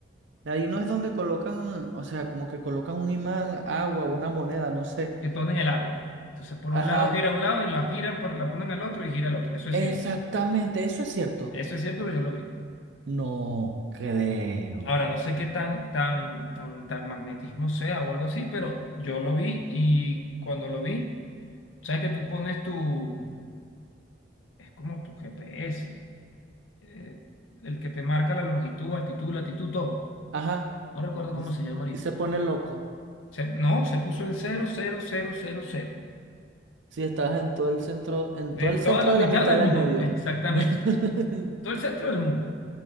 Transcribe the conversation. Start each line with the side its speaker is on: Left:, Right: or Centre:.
Right: ahí no es donde colocan, o sea, como que colocan un imán, agua, una moneda, no sé.
Left: eh, Todo en el agua. Entonces por
Right: Ajá,
Left: un lado gira a un lado y la giran, por- la ponen al otro y gira al otro. Eso es
Right: exactamente,
Left: cierto.
Right: eso es cierto.
Left: Eso es cierto, pero yo lo vi.
Right: No creo.
Left: Ahora, no sé qué tan, tan, tan, tan magnetismo sea o algo así, pero yo lo vi y cuando lo vi, sabes que tú pones tu, es como tu GPS, eh, el que te marca la longitud, altitud, latitud, todo.
Right: Ajá,
Left: No recuerdo
Right: y,
Left: cómo
Right: s-
Left: se llama ahorita.
Right: y se pone loco.
Left: Se- no, se puso en cero cero cero cero cero
Right: si estás en todo el centro, en
Left: De
Right: todo el
Left: toda
Right: centro
Left: la
Right: de
Left: mitad
Right: la mitad
Left: del
Right: del
Left: mundo,
Right: medio.
Left: <laughs> exactamente.
Right: <laughs>
Left: Todo el centro del mundo.